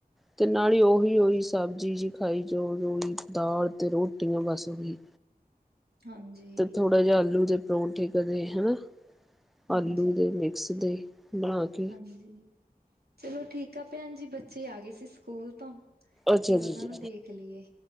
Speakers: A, in the centre; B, on the right.
A: ਤੇ ਨਾਲ ਹੀ ਉਹੀ
B: ਹਾਂਜੀ
A: ਉਹੀ ਸਬਜ਼ੀ ਜਿ ਖਾਈ ਜੋ ਜੋਈ ਦਾਲ ਤੇ ਰੋਟੀਆਂ ਬਸ ਉਹੀ
B: ਹਾਂਜੀ
A: ਤੇ ਥੋੜਾ ਜਿਹਾ ਆਲੂ ਦੇ ਪਰੌਂਠੀ ਕਰਦੇ ਹਨਾ
B: ਹਾਂਜੀ
A: ਆਲੂ ਦੇ ਮਿਕਸ ਦੇ ਬਣਾ ਕੇ
B: ਹ ਚਲੋ ਠੀਕ ਆ ਭੈਣ ਜੀ ਬੱਚੇ ਆ ਗਏ ਸੀ ਸਕੂਲ ਤੋਂ
A: ਅੱਛਾ
B: ਤੇ ਉਹਨਾਂ
A: ਜੀ
B: ਨੂੰ ਦੇਖ ਲਈਏ